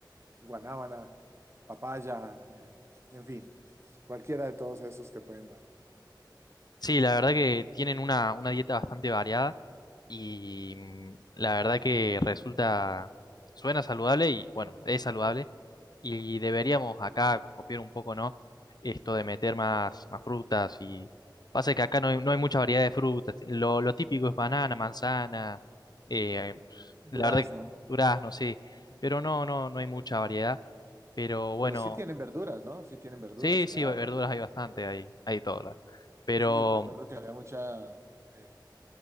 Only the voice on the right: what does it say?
guanábana, papaya, eh, en fin, cualquiera de todos esos te pueden dar.
Durazno.
Pero sí tienen verduras, ¿no? Sí tienen verduras,
claro.
Sí, recuerdo que había mucha eh,